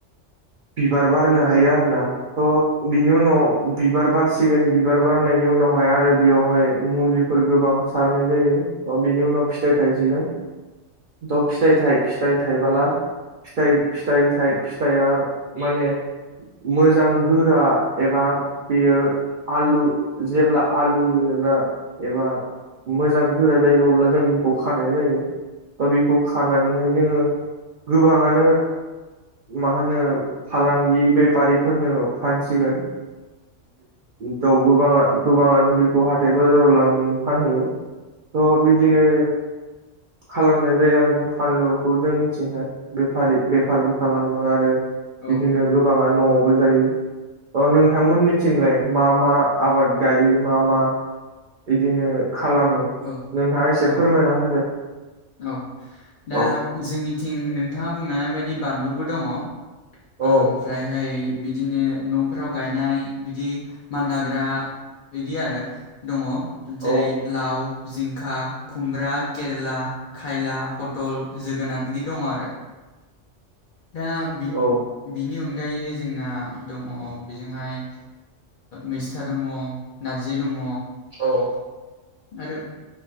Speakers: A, on the right (about 60°); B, on the left (about 60°).
A: बिबार बारनो हायो आरोना थ' बिनि उनाव बिबार बारसिगोन बिबार बारनायनि उनावहाय आरो बेयावहाय मुलिफोर गोबां सारनाय जायो अ बिनि उनाव फिथाइ थाइसिगोन
B: <inaudible>
A: थ' फिथाइ थाइ फिथाइ थाइबाला फिथाइ फिथाइ फिथाइया माने मोजां गोरा एबा बेयो आलु जेब्ला आलुयो एबा एबा मोजां गोरा जायो अब्ला जों बिखौ खानाय जायो बा बिखौ खानानैहाय जोङो गोबाङानो मा होनो फालांगि बेफारिफोरनो फानसिगोन थ' गोबाङा गोबाङानो बेखौ हाथाय बाजाराव लांनानै फानहैयो थ' बिदिनो खालामनाय जायो आरोना फानलुखौ जों थिंहाय बेफारि बे फारबो खालामो आरो बिदिनो
B: औ
A: गोबाङा न'आवबो जायो अ नोंथांमोननिथिंलाय मा मा आबाद गायो मा मा बिदिनो खालामो
B: औ
A: नोंथाङा
B: औ
A: एसे फोरमायना होदो
B: औ
A: औ
B: दा जोंनिथिं नोंथाङा बुंनाय बायदि बानलुबो दङ ओम
A: औ
B: ओमफ्रायहाय बिदिनो न'फोराव गायनाय बिदि मानलाग्रा बिदि आरो दङ
A: औ
B: जेरै लाव जिंखा खुमब्रा केरेला खायला पटल जोगोनार बिदि दङ आरो दा बि
A: औ
B: बिनि अनगायै जोंना दङ बेजोंहाय मैस्था दङ नारजि दङ
A: औ
B: आरो